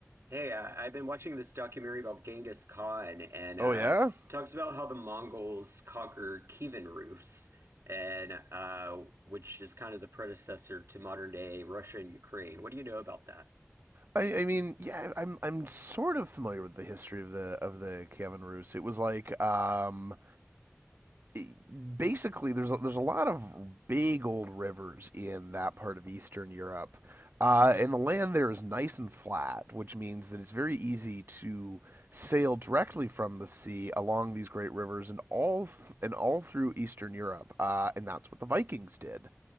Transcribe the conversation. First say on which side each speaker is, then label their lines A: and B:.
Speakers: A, on the right; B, on the right.
A: Hey, uh, I've been watching this documentary about Genghis Khan, and
B: Oh
A: uh,
B: yeah,
A: it talks about how the Mongols conquered Kievan Rus, and uh, which is kind of the predecessor to modern day Russia and Ukraine. What do you know about that?
B: I, I mean, yeah, I'm I'm sort of familiar with the history of the of the Kievan Rus. It was like, um, it- basically, there's a, there's a lot of big old rivers in that part of Eastern Europe, uh, and the land there is nice and flat, which means that it's very easy to sail directly from the sea along these great rivers and all th- and all through Eastern Europe, uh, and that's what the Vikings did.